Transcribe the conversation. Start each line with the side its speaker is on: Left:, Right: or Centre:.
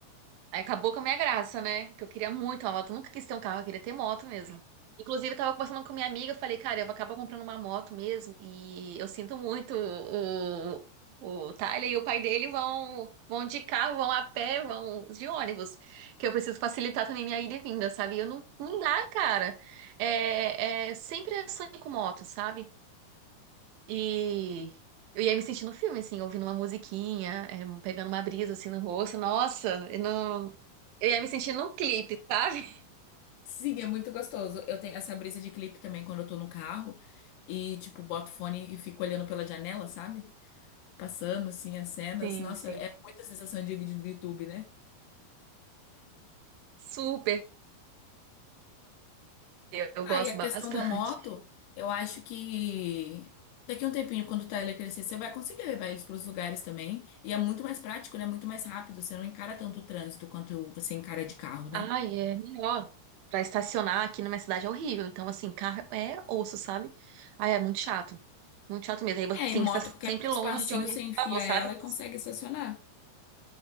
Right: Aí acabou com a minha graça, né? Que eu queria muito uma moto. Eu nunca quis ter um carro, eu queria ter moto mesmo. Inclusive, eu tava conversando com minha amiga, eu falei, cara, eu vou acabar comprando uma moto mesmo. E eu sinto muito o, o Tyler e o pai dele vão, vão de carro, vão a pé, vão de ônibus. Que eu preciso facilitar também minha ida e vinda, sabe? E Eu não, não dá, cara. É, é sempre é sonho com moto, sabe? E eu ia me sentindo no filme, assim, ouvindo uma musiquinha, é, pegando uma brisa assim no rosto. Nossa, eu não. Eu ia me sentir num clipe, sabe?
Left: Sim, é muito gostoso. Eu tenho essa brisa de clipe também quando eu tô no carro e, tipo, boto o fone e fico olhando pela janela, sabe? Passando, assim, as cenas.
Right: Sim,
Left: Nossa,
Right: sim.
Left: é muita sensação de vídeo do YouTube, né?
Right: Super, eu, eu
Left: Ah,
Right: gosto
Left: e a questão
Right: bastante.
Left: da moto, eu acho que daqui a um tempinho, quando o Tyler crescer, você vai conseguir levar eles para os lugares também. E é muito mais prático, né? Muito mais rápido. Você não encara tanto o trânsito quanto você encara de carro, né?
Right: Ai, é melhor. Pra estacionar aqui na minha cidade é horrível. Então, assim, carro é osso, sabe? Ai, é muito chato. Muito chato mesmo. Aí você
Left: É, e
Right: tem
Left: moto,
Right: que estar
Left: qualquer
Right: sempre longe
Left: espacinho,
Right: de onde
Left: você
Right: você
Left: enfia
Right: parou,
Left: ela
Right: sabe?
Left: e consegue estacionar.